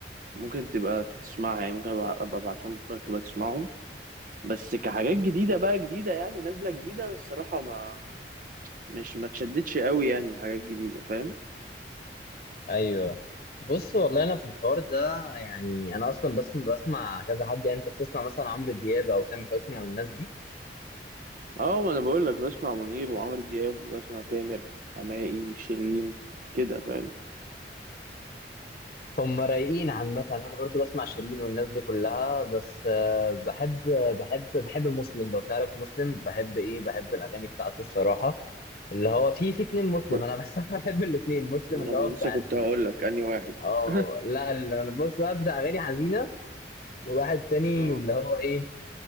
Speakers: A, on the right; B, on the left.
A: ممكن تبقى تسمعها يعني ممكن أبقى أبقى أبعتهم لك تبقى تسمعهم بس كحاجات جديدة بقى جديدة يعني نازلة جديدة أنا الصراحة ما مش ما تشددش قوي يعني الحاجات الجديدة فاهم
B: ايوه بص والله انا في الحوار ده يعني انا اصلا بس بسمع كذا حد يعني انت بتسمع مثلا عمرو دياب او تامر حسني او الناس دي
A: اه ما انا بقول لك بسمع منير وعمرو دياب وبسمع تامر حماقي شيرين كده فاهم
B: هم رايقين عامه انا برضو بسمع شيرين والناس دي كلها بس آه، بحب بحب بحب مسلم لو تعرف مسلم بحب ايه بحب الاغاني بتاعته الصراحه اللي هو في في اتنين مسلم
A: و-
B: انا بس <laughs> أنا بحب الاتنين مسلم
A: ما
B: اللي
A: هو
B: هو بتاع
A: لسه كنت
B: ال...
A: هقول لك انهي واحد
B: اه
A: <laughs>
B: لا ال- انا بص بقى بتاع اغاني حزينه وواحد تاني
A: اه
B: اللي هو ايه